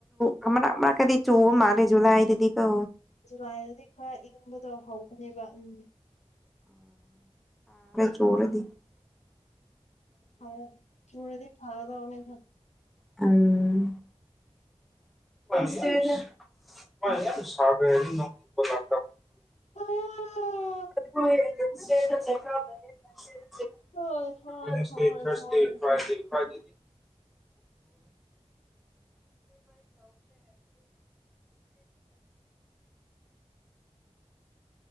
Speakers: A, in the centre; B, on the left.
A: ꯆ ꯃ ꯑ ꯀꯗꯤ ꯆꯣ ꯃꯥꯂ ꯨꯂꯥꯏꯗꯗꯤ ꯀ
B: ꯨꯔꯥꯏꯅꯗꯤ ꯈꯔ ꯏꯪꯕꯗꯣ ꯍꯧꯒꯅꯦꯕ ꯎꯝ
A: ꯆꯣꯔꯗꯤ
B: ꯍ ꯃꯔꯦꯗꯤ ꯊꯥꯔꯗ ꯑꯣꯅꯦ
A: ꯎꯝ ꯄ
B: ꯑꯗꯨ
A: <inaudible> ꯍꯁ
B: ꯍꯣꯏ ꯍꯣꯏ ꯍꯣꯏ ꯍꯣꯏ
A: ꯐꯁꯤ
B: ꯍꯣꯏ
A: ꯐꯥ
B: ꯍꯣꯏ
A: ꯐꯥꯗꯤ <inaudible> <inaudible>
B: ꯑ